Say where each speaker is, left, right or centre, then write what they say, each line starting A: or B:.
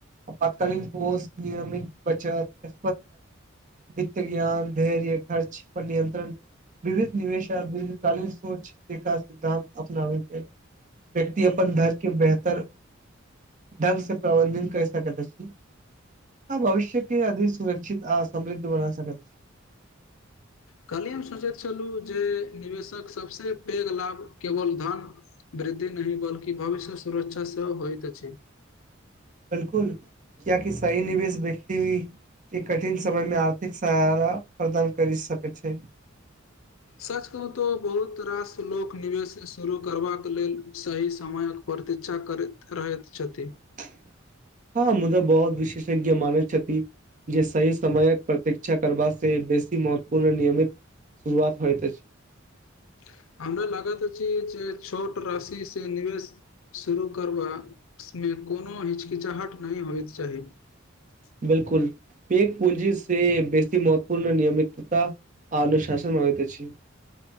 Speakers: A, on the right (about 40°); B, on the left (about 80°).
A: आपातकालीन कोष नियमित बचत वित्त ज्ञान, धैर्य, खर्च पर नियंत्रण विविध निवेश आ दीर्घ कालीन सोच सिद्धांत अपनावे छै व्यक्ति अपन धर के बेहतर ढंग से प्रबंधन कर सकैत अछि आ भविष्य के अधिक सुरक्षित आ समृद्ध बना सकैत अछि।
B: काल्हिये हम सोचैत छलहुँ जे निवेशक सभसँ पैघ लाभ केवल धन वृद्धि नहि बल्कि भविष्य सुरक्षा सेहो होइत अछि।
A: बिलकुल कियक सही निवेश व्यक्ति के कठिन समयमे आर्थिक सहारा प्रदान कर सकेत छै। <unintelligible>
B: सच कहू तो बहुत रास लोक निवेश शुरू करबाक लेल सही समयक प्रतीक्षा करैत रहैत छथिन।
A: <unintelligible> हँ मुदा बहुत विशेष। मान जे सी समयक प्रत्षा कर से बेसी महत्वपूर्ण नियमित शुरुआत होइत छै। <unintelligible>
B: <unintelligible> हमरा लागा तऽ छी जे। <unintelligible> छोट राशिसँ निवेश शुरू करबामे कोनो हिचकिचाहट नहि होइत चाही। <unintelligible>
A: बिलकुल पक पुलजी से बेसी महत्वपूर्ण नियमितता आ अनुशासन होइत अईछ। <unintelligible>